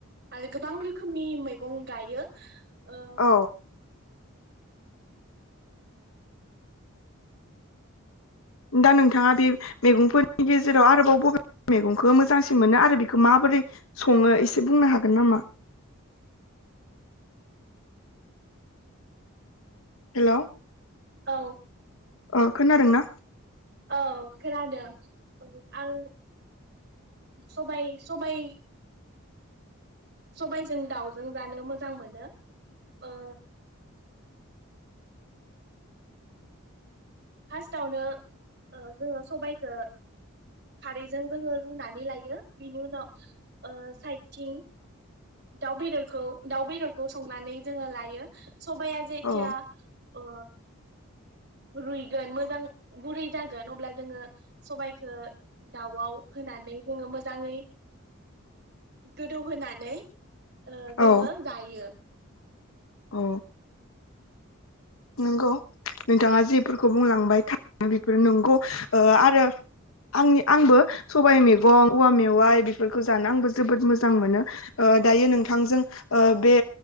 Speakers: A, on the right; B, on the left.
A: आरो गोबां रोखोमनि मैगं गायो। ओ
B: औ दा नोंथाङा बे मैगंफोरनि गेजेराव आरोबाव बबे बे मेगंखो मोजांसिन मोनो आरो बेखो माबोरै संङो एसे बुंनो हागोन नामा? हेलौ
A: औ
B: अ खोनादों ना?
A: औ खोनादों ओ आं सबाय-सबाय सबाइजों दाउजों जानो मोजां मोनो। ओ फास्टावनो ओ जोङो सबायाइखो खारैजों जोङो रुनानै लायो। बिनि उनाव ओ साइदथिं दाउ बेदरखौ दाउ बेदरखौ संनानै जोङो लायो। सबाइया जेथिया
B: औ
A: ओ रुइगोन मोजां गुरै जागोन अब्ला जोङो सबाइखो दाउआव होनानै जोङो मोजाङै गोदौ होनानै ओ जोङो
B: औ
A: जायो।
B: औ। नंगौ नोंथाङा जेफोरखौ बुंलांबाय थारैनो बेफोरो नंगौ ओ आरो आंनि आंबो सबाइ मैगं औवा मेवाइ बेफोरखौ जानो आंबो जोबोद मोजां मोनो ओ दायो नोंथांजों ओ बे